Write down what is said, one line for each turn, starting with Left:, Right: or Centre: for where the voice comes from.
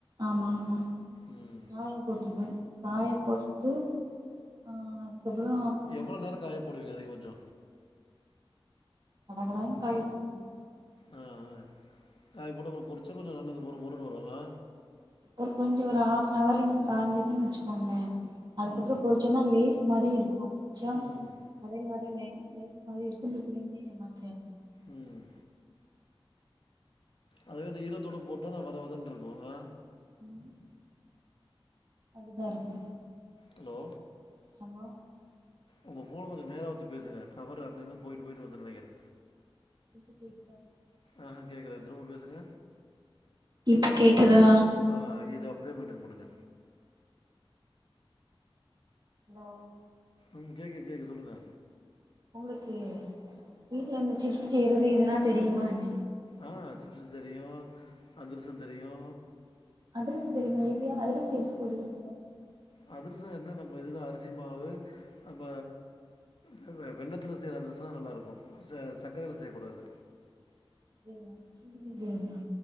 Right: ஆமா ஆமா
Left: ம்
Right: காய போட்ருப்பே காய
Left: ம்
Right: போட்டு ஆ கப்புறோ
Left: எவ்ள நேர காய போடுவிங்க அதிகபச்சொ
Right: கட கடான் காய போட்ருவே
Left: ஆ ஆ காய போட்டு அப்புற பொரிச்சா கொஞ்ச நல்லது மொறு மொறுன்னு வரு ஆ
Right: ஒரு கொஞ்சொ ஒரு ஹாஃப்ன் அவர் காஞ்சுதுன் வெச்சுக்கோங்ளே அதுக்கப்புறோ
Left: ம்
Right: பொரிச்சோன்னா லேஸ் மாரி இருக்கு அச்சா
Left: ம்
Right: கடையில வர லெ லேஸ் மாரி இருக்கு இந்த பிள்ளைங்களே ஏமாத்திர்ல
Left: ம் அதுவே இந்த ஈரத்தோடு போட்டா அது வத வதன்ருக்கு அ
Right: ம் அப்டிதா இருக்கு
Left: ஹலோ
Right: ஹலோ
Left: உங்க ஃபோன் கொஞ்ச நேரா வெச்சு பேசுங்க டவரு அங்க அங்க போயிட்டு போயிட்டு வருதுன் நெனைக்கிற
Right: இப்ப கேக்குதா
Left: ஆஹா கேக்கல திரும்ப பேசுங்க
Right: இப்ப கேக்குதா
Left: ஆ இது அப்டியே மெயின்டன் பண்ணுங்க
Right: ஹலோ
Left: ம் கேக்கு கேக்கு சொல்லுங்க
Right: உங்களுக்கு வீட்ல இந்த சிப்ஸ் செய்யறது இதெல்லா தெரியுமா என்ன
Left: ஆ சிப்ஸ் தெரியு அதர்ச தெரியு
Right: அத்ரச தெரியுமா எப்பயா அத்ரச எப்டி போடுவீங்க
Left: அத்ரச என்ன நம்ம இதுதா அரிசி மாவு நம்ம வ வ வெள்ளத்துல செய்ற அத்ரச தா நல்லாருக்கு ச சக்கரைள செய்யக்கூடாது
Right: அ <unintelligible> செய்யனுமா